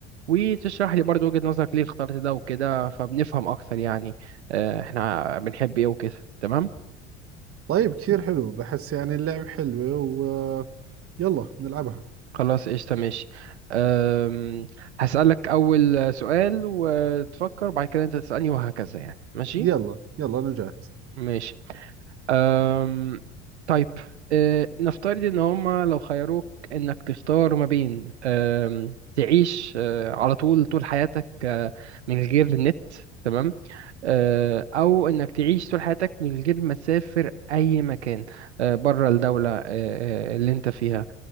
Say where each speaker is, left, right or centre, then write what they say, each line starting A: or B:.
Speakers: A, on the right; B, on the right.
A: وتشرح لي برضو وجهة نظرك ليه اخترت ده وكده فبنفهم اكتر يعني آه، احنا بنحب ايه وكده تمام
B: طيب كثير حلو بحس يعني اللعبة حلوة و يلا نلعبها
A: خلاص قشطة ماشي أم، هسألك أول سؤال وتفكر وبعد كده أنت تسألني وهكذا يعني ماشي
B: يلا يلا أنا جاهز
A: ماشي أم... طيب أه... نفترض ان هما لو خيروك انك تختار ما بين أم... تعيش أه... على طول طول حياتك أه... من غير نت تمام أه... او انك تعيش طول حياتك من غير ما تسافر اي مكان أه... بره الدولة أه... أه، اللي انت فيها